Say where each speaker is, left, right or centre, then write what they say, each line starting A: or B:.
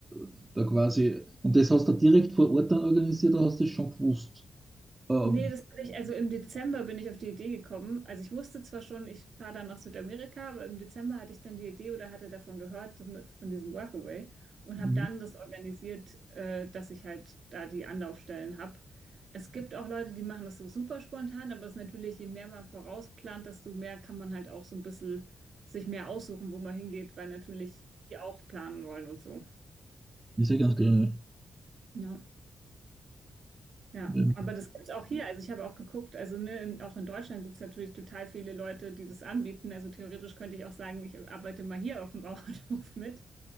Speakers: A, on the right; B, on the right.
A: äh, da quasi. Und das hast du direkt vor Ort dann organisiert, oder hast du das schon gewusst? Äh,
B: Nee, das hatte ich, also im Dezember bin ich auf die Idee gekommen. Also ich wusste zwar schon, ich fahre dann nach Südamerika, aber im Dezember hatte ich dann die Idee oder hatte davon gehört, dass mit, von diesem Workaway und
A: mhm.
B: habe dann das organisiert, äh, dass ich halt da die Anlaufstellen habe. Es gibt auch Leute, die machen das so super spontan, aber es ist natürlich, je mehr man vorausplant, desto mehr kann man halt auch so ein bisschen sich mehr aussuchen, wo man hingeht, weil natürlich die auch planen wollen und so.
A: ist ja ganz gerne.
B: Ja. Ja,
A: Ähm,
B: aber das gibt's auch hier. Also ich habe auch geguckt, also ne, in, auch in Deutschland gibt's natürlich total viele Leute, die das anbieten. Also theoretisch könnte ich auch sagen, ich arbeite mal hier auf dem <laughs> Bauernhof mit